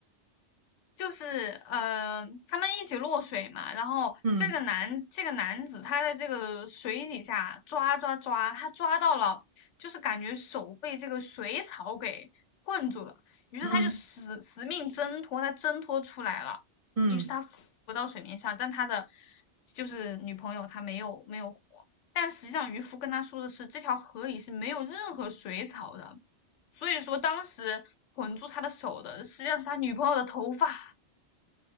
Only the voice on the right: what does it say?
嗯
嗯
嗯。